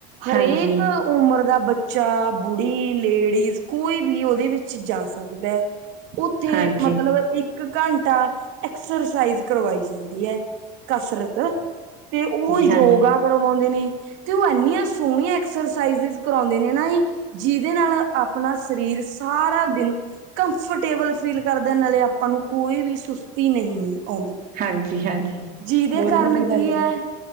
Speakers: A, on the right; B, on the right.
A: ਹਰੇਕ
B: ਹਾਂਜੀ।
A: ਉਮਰ ਦਾ ਬੱ ਬੱਚਾ, ਬੁੜੀ, ਲੇਡੀਜ਼ ਕੋਈ ਵੀ ਉਹਦੇ ਵਿੱਚ ਜਾ ਸਕਦਾ। ਉੱਥੇ
B: ਹਾਂਜੀ,
A: ਮਤਲਬ
B: ਹਾਂਜੀ,
A: ਇੱਕ ਘੰਟਾ ਐਕਸਰਸਾਈਜ਼ ਕਰਵਾਈ ਜਾਂਦੀ ਐ। ਕਸਰਤ ਤੇ ਉਹੀ
B: ਹਾਂਜੀ,
A: ਜੋਗਾ ਕਰਵਾਉਂਦੇ ਨੇ ਤੇ ਓ ਐਂਨੀਆਂ ਸੋਣੀਆਂ ਐਕਸਰਸਾਈਜਿਜ ਕਰਾਉਂ ਦੇ ਦੇਨਾਂ ਈ, ਜਿਹਦੇ ਨਾਲ ਆਪਣਾ ਸਰੀਰ ਸਾਰਾ ਦਿਨ ਕੰਫਰਟੇਬਲ ਫੀਲ ਕਰਦੈ ਨਾਲੇ ਆਪਾਂ ਨੂੰ ਕੋਈ ਵੀ ਸੁਸਤੀ ਨਹੀਂ ਆਉਂਦੀ।
B: ਹਾਂਜੀ ਹਾਂਜੀ।
A: ਜਿਹਦੇ
B: ਬਹੁਤ
A: ਕਾਰਨ
B: ਵਧੀਆ
A: ਕੀ
B: ਗੱਲ ਹੈ
A: ਐ,